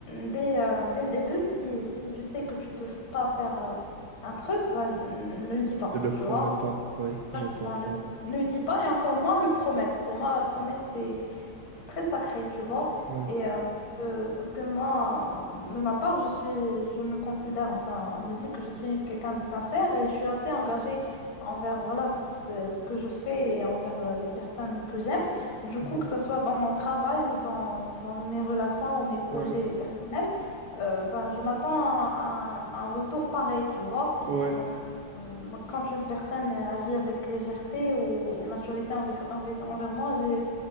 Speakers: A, on the left; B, on the right.
A: mm, dès, euh, dès le début, si, si tu sais que tu peux f- pas faire euh, un truc, bah, mm, ne le dis pas,
B: Je le
A: tu
B: promets
A: vois.
B: pas. Oui, je
A: Exactement,
B: comprends.
A: ne, ne le dis pas et encore moins le promettre. Pour moi, la promesse, c'est c'est très sacré, tu vois.
B: Ouais,
A: Et euh, euh, parce que moi, euh, de ma part, je suis, je me considère, enfin, on me dit que je suis quelqu'un de sincère et je suis assez engagée envers, voilà, ce, ce que je fais et envers euh, les personnes que j'aime. Du
B: mhm,
A: coup, que ce soit dans mon travail ou dans, dans mes relations ou mes projets
B: ouais,
A: personnels, euh, ben, je m'attends à un, un retour pareil, tu vois.
B: ouais.
A: Donc, euh, donc, Quand une personne euh, agit avec légèreté ou immaturité avec, avec- envers moi, j'ai,